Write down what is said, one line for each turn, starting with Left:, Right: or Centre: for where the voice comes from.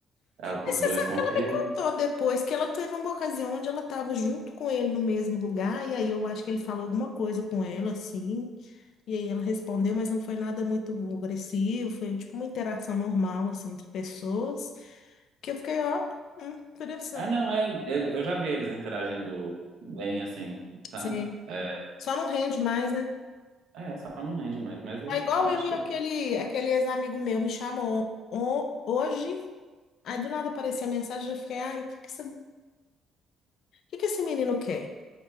Right: ela-
Left: Mas
Right: os
Left: você
Right: dois
Left: sabe
Right: romperam.
Left: que ela me contou depois que ela teve uma ocasião onde ela estava junto com ele no mesmo lugar, e aí eu acho que ele falou alguma coisa com ela, assim. E aí ela respondeu, mas não foi nada muito agressivo, foi tipo uma interação normal, assim, entre pessoas. Que eu fiquei, ó, hum, interessante.
Right: Ah, não, é, eu eu já vi eles interagindo bem assim, sabe?
Left: Sim.
Right: É,
Left: Só não rende mais, né?
Right: é, só não rende mais, mas eu
Left: É igual
Right: acho
Left: eu e
Right: que
Left: aquele, aquele ex-amigo meu me chamou o- hoje, aí do nada apareceu a mensagem, eu fiquei, ai, o que que essa- que que esse menino quer?